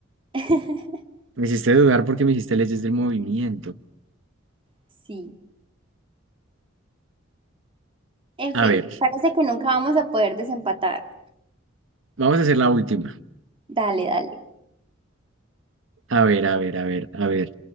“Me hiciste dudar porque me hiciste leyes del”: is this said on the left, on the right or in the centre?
Right